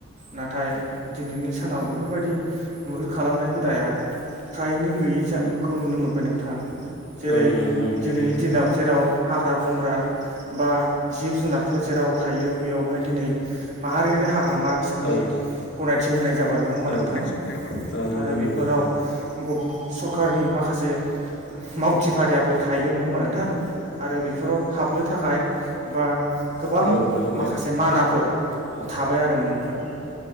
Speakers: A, on the right; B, on the left.
A: नाथाय दिनैनि सानाव बेफोरबायदि मैहुर खालामनाय हुदाया फ्रायनो गैयै जा नुखौ नुनो मोनबाय नोंथां जेरै
B: औ नंगौ नंगौ नोंथां
A: दिनैनि दिनाव जेराव हाग्रा बंग्रा बा जिब जुनार फो जेराव थायो बेयावहाय दिनै माहारियारि हाग्रामा हिसाबै
B: औ
A: गनायथि होनाय जाबाय नङा होमबा
B: गनायथि
A: नोंथां आरो
B: होमबा
A: बेफोराव
B: नोंथां
A: गुब सरखारनि माखासे मावथि फारियाफोर थायो नङा होमबा नोंथां आरो बेफोराव हाबनो थाखाय बा गोबां
B: होमबा नोंथां
A: माखासे मानाफोर थाबाय आरो नंफाय